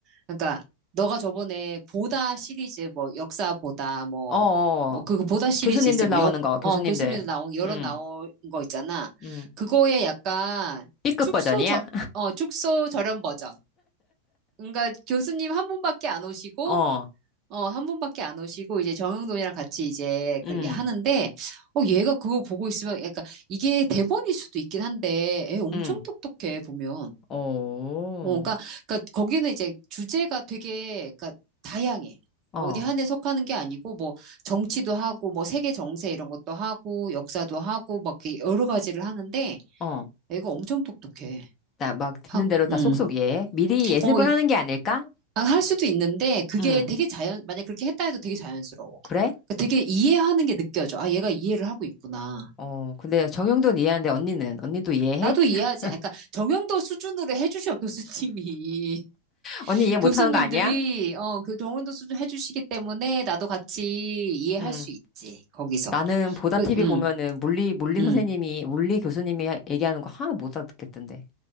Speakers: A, on the right (about 35°); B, on the left (about 25°).
A: 그러니까 너가 저번에 보다 시리즈 뭐 역사 보다 뭐
B: 어, 어.
A: 뭐그
B: 어.
A: 그 보다 시리즈
B: 교수님들
A: 있어 뭐영어
B: 나오는 거, 교수님들.
A: 교수님도 나온 여러
B: 음,
A: 나온 거 있잖아.
B: 음.
A: 그거에 약간
B: B급
A: 축소
B: 버전이야?
A: 저어 축소 저렴 버전. 그러니까 교수님 한 분밖에 안 오시고
B: <laughs> 어,
A: 어, 한 분밖에 안 오시고, 이제 정영돈이랑 같이 이제
B: 음,
A: 그, 얘 하는데, 어, 얘가 그거 보고 있으면, 그러니까 이게 대본일 수도 있긴 한데, 애 엄청
B: 음,
A: 똑똑해, 보면.
B: 오,
A: 어, 그러니까, 그러니까 거기는 이제 주제가 되게, 그러니까 다양해.
B: 어,
A: 뭐 어디 한 해 속하는 게 아니고, 뭐, 정치도 하고, 뭐, 세계 정세 이런 것도 하고, 역사도 하고, 막 이렇게 여러 가지를 하는데,
B: 어.
A: 애가 엄청 똑똑해.
B: 나 막 듣는
A: 하고,
B: 대로 다
A: 음.
B: 속속이해. 미리 예습을
A: 어,
B: 하는 게 아닐까?
A: 아, 할 수도 있는데 그게
B: 응.
A: 되게 자연, 만약 그렇게 했다 해도 되게 자연스러워.
B: 그래?
A: 그러니까 되게 이해하는 게 느껴져. 아, 얘가 이해를 하고 있구나.
B: 어, 근데 정형돈 이해하는데 언니는? 언니도 이해해?
A: 나도 이해하지.
B: <laughs>
A: 아, 그러니까 정형도 수준으로 해주셔, 교수님이. <laughs>
B: 언니 이해 못하는
A: 교수님들이,
B: 거 아니야?
A: 어, 그 정형도 수준 해주시기 때문에 나도 같이 이해할
B: 응.
A: 수 있지, 거기서.
B: 나는 보다
A: 그,
B: TV
A: 음,
B: 보면은 물리, 물리
A: 음.
B: 선생님이, 물리 교수님이 하- 얘기하는 거 하나 못 알아듣겠던데.